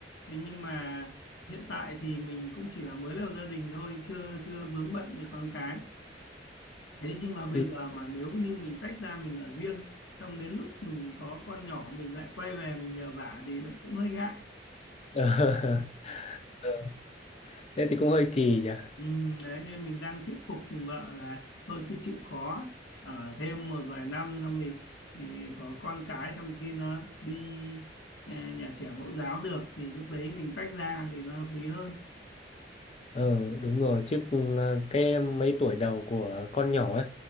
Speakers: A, on the left (about 75°); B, on the left (about 35°).
A: thế nhưng mà hiện tại thì mình cũng chỉ là mới lập gia đình thôi chưa chưa vướng bận về con cái thế nhưng mà bây
B: ừ,
A: giờ mà nếu như mình tách ra mình ở riêng xong đến lúc mình có con nhỏ mình lại quay về mình nhờ vả thì lại cũng hơi ngại
B: <laughs> ờ, thế thì cũng hơi kỳ nhỉ.
A: ừ, đấy nên mình đang thuyết phục vợ là thôi cứ chịu khó ở thêm một vài năm xong thì, thì có con cái xong khi nó đi ờ, nhà trẻ mẫu giáo được thì lúc đấy mình tách ra thì nó hợp lý hơn
B: Ờ đúng rồi, chứ ờ, cái mấy tuổi đầu của con nhỏ ấy